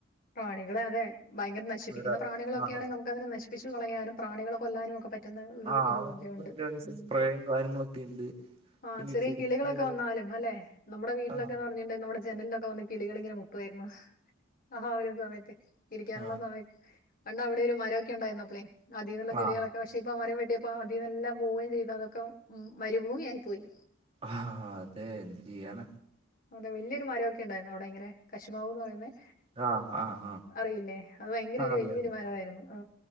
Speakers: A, on the left (about 45°); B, on the right (about 30°).
A: പ്രാണികൾ അതെ ഭയര നശിപ്പിക്കുന്ന
B: ഓരോ
A: പ്രണികളൊക്കെയാണെങ്കി
B: ആ
A: നമുക്ക് അതിനെ നശി പ്പിച്ച് കളയാനും പ്രാണികളെ കൊല്ലാനുമക്കെ പറ്റ പറ്റുന്ന ഒരു
B: ആ
A: ഇതൊക്കെ
B: അങ്ങനെ
A: ഉണ്ട്
B: വലിയ വലിയ
A: ഉം
B: സ്പ്രേയും കാര്യങ്ങളൊക്കെ ഉണ്ട്
A: ആഹ്
B: പിന്നെ
A: ചെറിയ
B: ഈ ചെടിക്ക്
A: കിളികളൊക്കെ വന്നാലും അല്ലെ നമ്മുടെ വീട്ടിലൊക്കെന്ന്
B: ആ
A: പറഞ്ഞിട്ടുണ്ടെ നമ്മുടെ ജനലിലൊക്കെ വന്ന് കിളികളിങ്ങനെ മുട്ടുവായിരുന്നു ആ ഒരു സമയത്ത് ഇരിക്കാനുള്ള
B: ആ
A: സമയ പണ്ട് അവിടെ ഒരു മരൊക്കെ ഉണ്ടായിരുന്നുപ്പളെ അതീന്നുള്ള കിളികളക്കെ
B: ആ
A: പക്ഷെ ഇപ്പോ ആ മരം വെ ട്ടിയപ്പ അതിന്നെല്ലാം പോവുകയും ചെയ്തു അതൊക്കെ ഉ മരുഭൂമിയ ആയി പോയി
B: ആ അതെ എന്ത് ചെയ്യാന
A: അതെ വലിയൊരു മരമൊക്കെ ഉണ്ടായിരുന്നു അവിടെങ്ങനെ കശുമാവ് എന്ന് പറയുന്നത്
B: ആ ആ. ആ
A: അറിയില്ലേ അത് ഭയങ്കര
B: ആ
A: ഒരു
B: അറിയാം
A: വലിയൊരു
B: അറിയാം
A: മരവായിരുന്നു ആ